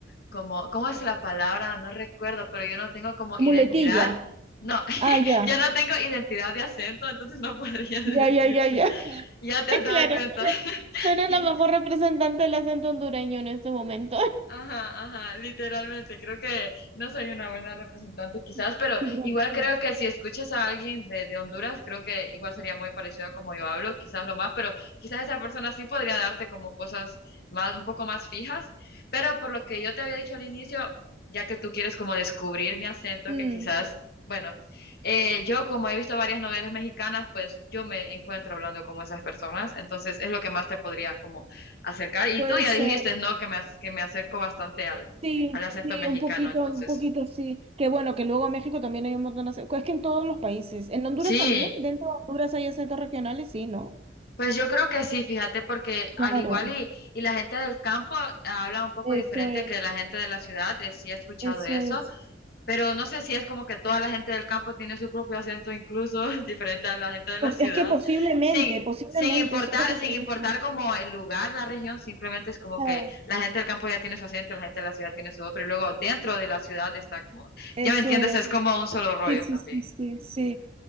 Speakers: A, on the left (about 55°); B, on the right (about 35°).
A: como, ¿cómo es la palabra? No recuerdo, pero yo no tengo como identidad.
B: Muletilla.
A: No, <laughs>
B: Ah, ya.
A: yo no tengo identidad de acento, entonces no podría <laughs> decirte.
B: Ya, ya, ya, ya.
A: Ya te
B: <laughs>
A: has dado
B: Claro.
A: cuenta. <laughs>
B: No eres la mejor representante del acento hondureño en este momento.
A: Ajá, ajá, literalmente, creo que no soy una buena representante quizás,
B: <laughs>
A: pero
B: Qué gracioso.
A: igual creo que si escuchas a alguien de, de Honduras, creo que igual sería muy parecido a como yo hablo, quizás lo más, pero quizás esa persona sí podría darte como cosas más, un poco más fijas, pero por lo que yo te había dicho al inicio, ya que tú quieres como descubrir mi acento,
B: Mm,
A: que quizás, bueno, eh, yo como he visto varias novelas mexicanas, pues yo me encuentro hablando como esas personas, entonces es lo que más te podría como acercar. Y
B: puede
A: tú ya
B: ser.
A: dijiste, ¿no? Que me, ac- que me acerco bastante al,
B: Sí,
A: al acento
B: sí,
A: mexicano.
B: un poquito,
A: Entonces,
B: un poquito sí. Que bueno, que luego en México también hay un montón de acentos. Es que en todos los países. ¿En Honduras
A: sí,
B: también? ¿Dentro de Honduras hay acentos regionales? Sí, ¿no?
A: pues yo creo que sí, fíjate, porque al
B: Claro,
A: igual y, y la gente del campo habla un poco
B: eso
A: diferente
B: es,
A: que la gente de la ciudad, eh, sí he escuchado
B: eso
A: eso.
B: es.
A: Pero no sé si es como que toda la gente del campo tiene su propio acento, incluso <laughs> diferente a la gente de
B: Pues
A: la ciudad.
B: es que posiblemente,
A: Sin,
B: posiblemente,
A: sin importar,
B: eso es lo que
A: sin
B: te
A: importar
B: digo.
A: como el lugar, la región, simplemente es como
B: Ah,
A: que la gente del campo ya tiene su acento, la gente de la ciudad tiene su otro, y luego dentro de la ciudad está como,
B: eso
A: ya me entiendes,
B: es.
A: es como un solo rollo
B: Sí, sí,
A: también.
B: sí, sí, sí.